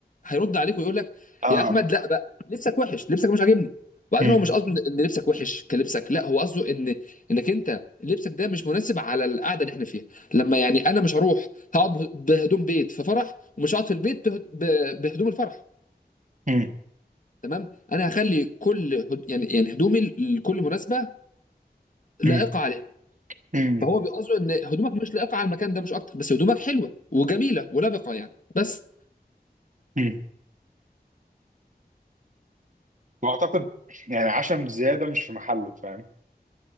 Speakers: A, on the left; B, on the right.
A: هيرد عليك ويقول لك
B: اه
A: يا احمد لا بقى لبسك وحش لبسك مش عاجبني وبعدين
B: مم.
A: هو مش قصده ان إن لبسك وحش كلبسك لا هو قصده ان انك انت لبسك ده مش مناسب على القعده اللي احنا فيها لما يعني انا مش هروح هقعد بهدوم بيت في فرح ومش هقعد في البيت به- به- بهدوم الفرح
B: مم.
A: تمام انا هخلي كل هد... يعني يعني هدومي لكل مناسبه لائقه
B: مم.
A: عليها
B: مم.
A: فهو بيقصده ان هدومك مش لائقه على المكان ده مش اكتر بس هدومك حلوه وجميله ولبقه يعني بس
B: مم. واعتقد يعني عشم زياده مش في محله فاهم؟